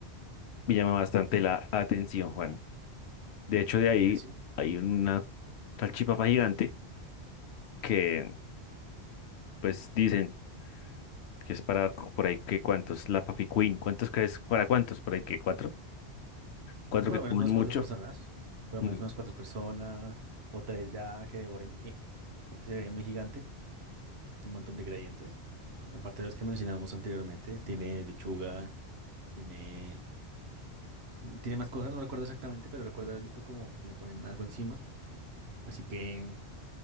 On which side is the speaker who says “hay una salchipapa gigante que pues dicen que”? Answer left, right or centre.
Left